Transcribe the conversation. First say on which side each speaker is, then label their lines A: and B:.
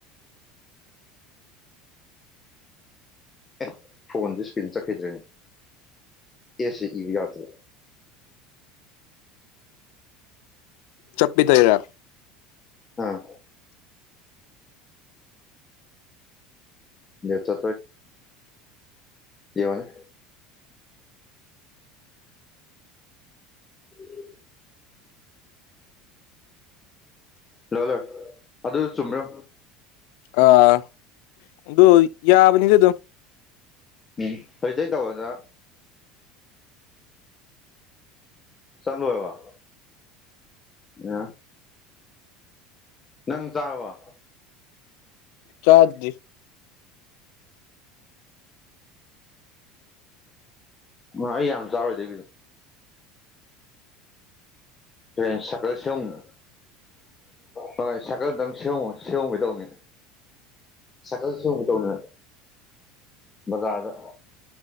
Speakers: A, on the left; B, on the left.
A: ꯑꯦ ꯐꯣꯟꯗꯨ ꯏꯁꯀ꯭ꯔꯤꯟ ꯆꯠꯈꯤꯗ꯭ꯔꯦꯅꯦ ꯑꯦꯁꯁꯦ ꯏꯕꯥ ꯌꯥꯗ
B: ꯆꯞꯄꯤꯗ ꯌꯥꯝ
A: ꯑꯥ ꯅꯇꯣ ꯌꯦ ꯋꯥꯣꯅꯦ ꯎꯝ ꯂꯣꯏ ꯂꯣꯏ ꯑꯗꯨ ꯆꯨꯝꯕ꯭ꯔꯣ
B: ꯑꯥ ꯑꯗꯨ ꯌꯥꯕꯅꯤꯗꯤꯦ ꯑꯗꯨꯝ
A: ꯎꯝ ꯍꯧꯖꯤꯗ ꯇꯧꯕꯗ ꯆꯂꯨ ꯑꯕ ꯑ ꯅꯪ ꯆꯥꯕ
B: ꯆꯥꯗꯤ
A: ꯑꯩ ꯌꯥꯝ ꯆꯥꯎꯥꯔꯣꯏꯗꯤ ꯀꯁꯨ <inaudible> ꯇꯦꯟ ꯁꯀꯜ ꯁꯤ ꯑꯃ ꯍꯣꯏ ꯁꯀꯜꯗꯪ ꯁꯦꯝꯨ ꯁꯦꯝꯍꯣꯡꯒꯗꯧꯅꯤ ꯁꯀꯜꯁꯨ ꯎ ꯇꯧꯅ ꯃꯒꯒ